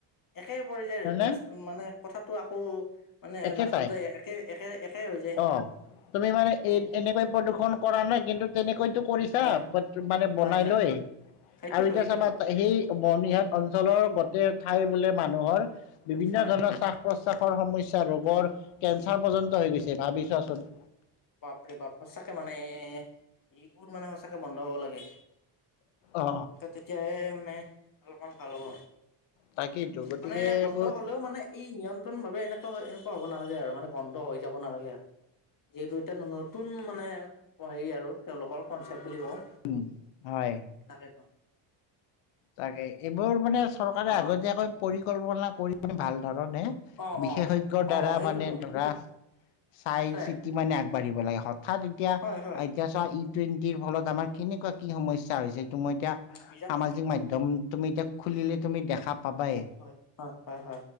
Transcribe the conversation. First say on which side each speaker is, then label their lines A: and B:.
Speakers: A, on the left; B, on the left.
A: একে পৰি যায়
B: হয়নে
A: মানে কথাতটো আকৌ মানে
B: একেটাই
A: লাষ্টত যায় একে-একে-একে হৈ যায়।
B: অ তুমি মানে
A: আমি
B: এ এনেকৈ প্ৰদূ্ষন কৰা নাই কিন্তু তেনেকৈতো কৰিছা
A: হয়
B: মানে বনাই
A: হয় হয়
B: লৈ। আৰু
A: সেইটোতো
B: এতিয়া
A: সেইটোতো
B: চাবা সেই বৰ্ণিহাট অঞ্চলৰ গোটেই ঠাই
A: হয়
B: বোলে মানুহৰ বিভিন্ন
A: হয়
B: ধৰণৰ শ্বাস প্ৰশ্বাসৰ সমস্যা ৰোগৰ কেঞ্চাৰ পৰ্যন্ত হৈ গৈছে ভাবি চোৱাচোন।
A: বপ্ৰে বাপ সঁচাকে মানে এ এইবোৰ মানে সচাকে বন্ধ হব লাগে।
B: অ
A: তেতিয়াহে মানে অলপমান ভাল হ'ব।
B: তাকেইতো গতিকে
A: মানে
B: এইবোৰ
A: বন্ধ হলেও মানে ই নিয়ন্ত্ৰণভাৱে এনেকুৱা হয় এনেকুৱা হ'ব নালাগে আৰু মানে বন্ধ হৈ যাব নালাগে আৰু। যিহেতু এতিয়া নতুন মানে হেৰি আৰু তেওঁলোকৰ কনচেপ্ট বুলি কওঁ।
B: উম, হয়।
A: তাকেইতো।
B: তাকে এইবোৰ মানে চৰকাৰে
A: অ
B: আগতীয়াকৈ পৰিকল্পনা কৰি মানে ভাল ধৰণে
A: অ
B: বিশেষজ্ঞৰ
A: অ অ অ
B: দ্বাৰা
A: সেইটোতো
B: মানে ধৰা চাই
A: সঁচাই
B: কি মানে আগবাঢ়িব লাগে, হঠাৎ এতিয়া এতিয়া
A: হয় হয়
B: চাোৱা ই টুৱেণ্টিৰ ফলত আমাৰ কেনেকুৱা কি সমস্যা হৈছে এটো মই এতিয়া
A: বিজা
B: সামাজিক
A: ক
B: মাধ্যম তুমি এতিয়া খুলিলে তুমি দেখা পাবাই।
A: হয়-হয়-হয়-হয়।